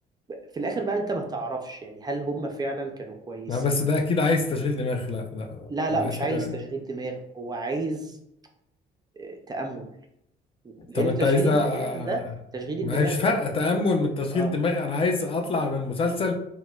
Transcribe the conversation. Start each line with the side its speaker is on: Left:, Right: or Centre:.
Right: في الاخر بقى انت ما تعرفش يعني هل هم فعلا كانوا كويسين
Left: لا بس ده اكيد عايز تشغيل دماغ لا لا لا.
Right: لا
Left: انا
Right: لا مش
Left: عايز حاجه
Right: عايز تشغيل دماغ هو عايز آه، تأمل لان
Left: طب انت
Right: تشغيل
Left: عايزنا
Right: الدماغ
Left: آه،
Right: ده تشغيل الدماغ
Left: ما هي مش فارقه
Right: ده
Left: تامل من تشغيل
Right: اه
Left: دماغ انا عايز اطلع من مسلسل